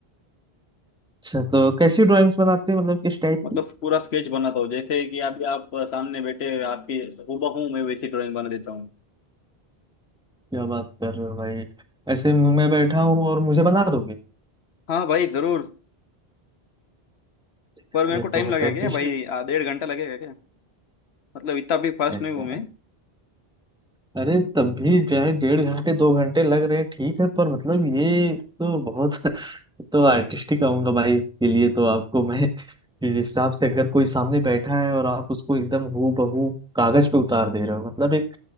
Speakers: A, in the centre; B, on the left.
A: अच्छा तो कैसी ड्राइंग्स बनाते हैं मतलब किस टाइप
B: मतलब
A: की
B: पूरा स्केच बनाता हूँ जैसे कि अभी आप सामने बैठे आपकी हूबहू मैं वैसी ड्राइंग बना देता हूँ
A: क्या बात कर रहे हो भाई ऐसे मुंह में बैठा हूँ और मुझे बना दोगे
B: हाँ भाई जरूर
A: यार
B: पर मेरे
A: ये
B: को टाइम
A: तो मतलब
B: लगेगा क्या
A: कि
B: भाई आ, डेढ़ घंटा लगेगा क्या मतलब इतना भी फास्ट
A: यार
B: नहीं हूँ मैं
A: अरे तब भी जो है डेढ़ घंटे दो घंटे लग रहे हैं ठीक है पर मतलब ये तो बहुत <laughs> तो आर्टिस्टिक कहूंगा भाई इसके लिए तो आपको मैं <laughs> जिस हिसाब से अगर कोई सामने बैठा है और आप उसको एकदम हूबहू कागज पे उतार दे रहे हो मतलब एक